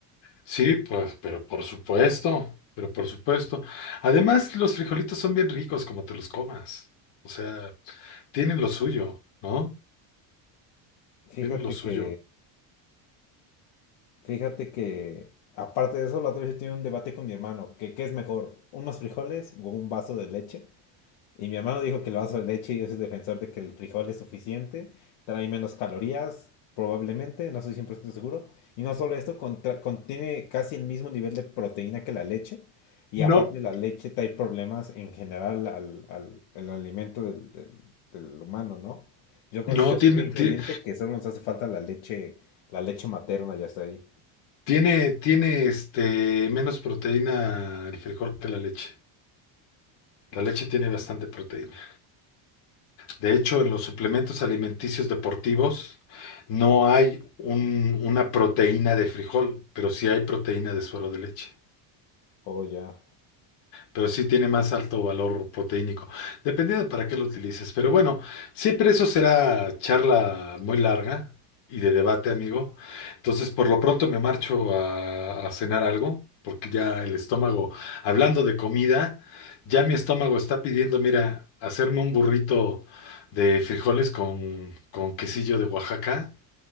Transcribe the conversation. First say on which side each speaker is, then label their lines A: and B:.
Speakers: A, on the left; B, on the left.
A: Sí, pues, pero por supuesto, pero por supuesto. Además, los frijolitos son bien ricos como te los comas. O sea, tienen lo suyo, ¿no?
B: Fíjate
A: Tienen lo suyo.
B: que, fíjate que, aparte de eso, la otra vez yo tenía un debate con mi hermano, que qué es mejor, unos frijoles o un vaso de leche. Y mi hermano dijo que el vaso de leche y ese es defensor de que el frijol es suficiente, trae menos calorías, probablemente, no estoy 100% seguro. Y no solo esto, contra- contiene casi el mismo nivel de proteína que la leche. Y
A: No.
B: aparte la leche trae problemas en general al, al- al alimento del, del- del humano, ¿no? Yo, cons-
A: No,
B: yo
A: tiene,
B: soy fiel creyente
A: ti-
B: que solo nos hace falta la leche, la leche materna, ya está ahí.
A: tiene, tiene este, menos proteína el frijol que la leche. La leche tiene bastante proteína. De hecho, en los suplementos alimenticios deportivos no hay un- una proteína de frijol, pero sí hay proteína de suero de leche.
B: Oh, ya.
A: pero sí tiene más alto valor proteínico, dependiendo para qué lo utilices. Pero bueno, siempre eso será charla muy larga y de debate, amigo. Entonces, por lo pronto me marcho a, a cenar algo, porque ya el estómago, hablando de comida, ya mi estómago está pidiendo, mira, hacerme un burrito de frijoles con, con quesillo de Oaxaca